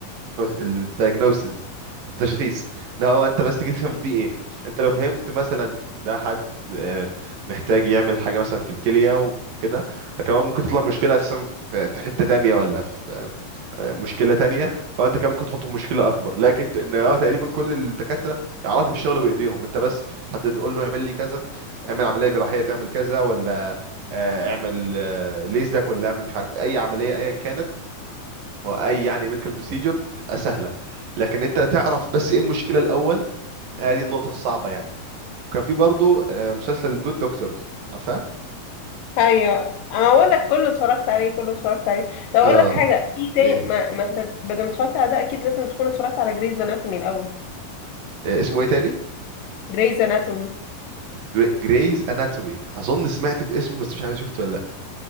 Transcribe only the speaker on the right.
الدايجنوسيس التشخيص ان هو انت بس تيجي تفهم فيه ايه انت لو فهمت مثلا ده حد آه، محتاج يعمل حاجه مثلا في الكليه وكده لكن هو ممكن تطلع مشكله اساسا في في حته تانية ولا في آه، مشكله تانية فانت كان ممكن تحطه في مشكله اكبر لكن ت- ان اه تقريبا كل الدكاتره يعرفوا الشغل بايديهم انت بس تحدد له قول له اعمل لي كذا اعمل عمليه جراحيه تعمل كذا ولا آه، اعمل آه، ليزك ولا اعمل مش عارف اي عمليه ايا كانت هو اي يعني ميديكال بروسيجر بتبقى سهله لكن انت تعرف بس ايه المشكله الاول هذه النقطه الصعبه يعني كان في برضو آه، مسلسل جود دكتورز عارفاه
اه
ايه
آه، اسمه ايه تاني
جريز اناتومي اظن سمعت باسمه بس مش عارف شفته ولا لا